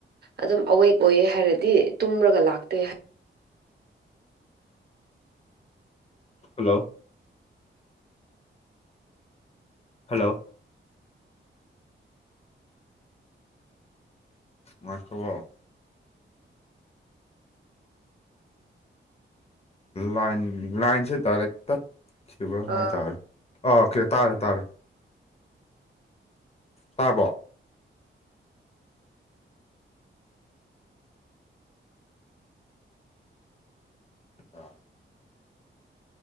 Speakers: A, on the right (about 55°); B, on the left (about 30°).
A: ꯑꯗꯨꯝ ꯑꯋꯦꯛ ꯑꯣꯏꯌꯦ ꯍꯥꯏꯔꯗꯤ ꯇꯨꯝꯔꯒ ꯂꯥꯛꯇꯦ
B: ꯍꯜꯂꯣ ꯍꯜꯂꯣ ꯉꯥꯏꯈꯣꯀꯣ ꯂꯥꯏꯟ ꯂꯥꯏꯟꯁꯦ ꯗꯥꯏꯔꯦꯛ ꯇꯠꯈꯤꯕ
A: ꯑꯥ
B: ꯍꯥꯏꯇꯥꯔꯦ ꯑꯣꯀꯦ ꯇꯥꯔꯦ ꯇꯥꯔꯦ ꯇꯥꯕ꯭ꯔꯣ ꯑꯥ